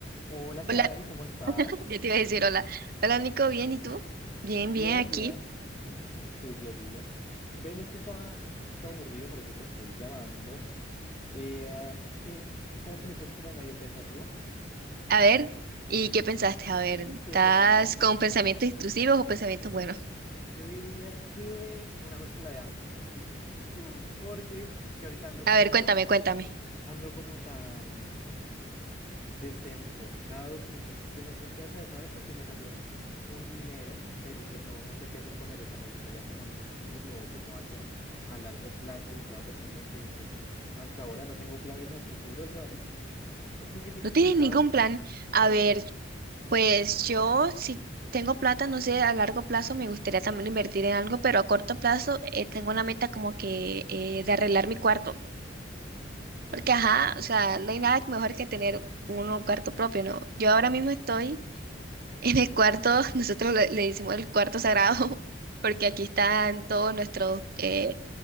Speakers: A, on the left; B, on the right.
A: Hola, Cari,
B: Hola,
A: ¿cómo estás?
B: ya te iba a decir hola. Hola Nico, bien, ¿y tú? Bien,
A: Bien,
B: bien, aquí.
A: bien. <laughs> Juiciosillo. Ven, es que estaba un poquito aburrido, por eso te estoy llamando. Eh, es que, ¿sabes que me puse como medio pensativo?
B: A ver, ¿y qué pensaste? A ver, ¿estás
A: Es que, pues ahorita,
B: con pensamientos intrusivos o pensamientos
A: pues,
B: buenos?
A: yo diría que una mezcla de ambos. <laughs> Porque ah, es que ahorita ando como
B: A ver, cuéntame,
A: tan,
B: cuéntame.
A: ando como tan desenfocado que pues es que no sé qué hacer, ¿sabes? Porque me salió un dinero, pero pues no, no sé qué hacer con él, o sea, me gustaría como invertirlo o como algo a largo plazo y estaba pensando en que pues hasta ahora no tengo planes a futuro, ¿sabes? <laughs> ¿Tú qué tienes
B: ¿No tienes
A: pensado?
B: ningún plan?
A: No,
B: A ver, pues yo si tengo plata, no sé, a largo plazo me gustaría también invertir en algo, pero a corto plazo eh, tengo la meta como que eh, de arreglar mi cuarto.
A: ok.
B: Porque, ajá, o sea, no hay nada mejor que tener uno un cuarto propio, ¿no? Yo ahora mismo estoy En el cuarto, <laughs> nosotros le, le decimos el cuarto sagrado, <laughs> porque aquí están todos nuestros eh,